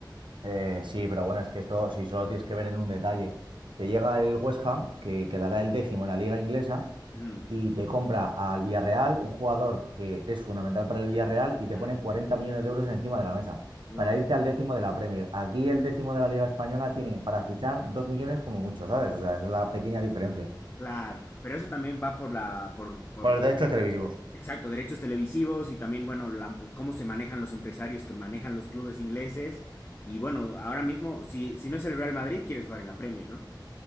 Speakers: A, on the right (about 80°); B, on the left (about 30°).
A: Eh, sí, pero bueno, es que esto, si solo tienes que ver en un detalle, te llega el West Ham, que quedará el décimo en la liga inglesa,
B: Ujú,
A: y te compra al Villarreal, un jugador que es fundamental para el Villarreal, y
B: Claro.
A: te pone 40 millones de euros encima de la mesa,
B: lógico,
A: para irte al décimo de la Premier. Aquí el décimo de la liga española tiene para fichar 2 millones como mucho, ¿sabes? O sea, esa es la pequeña diferencia.
B: claro, pero eso también va por la, por, por
A: Por los derechos televisivos.
B: Exacto, derechos televisivos y también, bueno, la- cómo se manejan los empresarios que manejan los clubes ingleses. Y bueno, ahora mismo, si, si no es el Real Madrid, quieres jugar en la Premier, ¿no?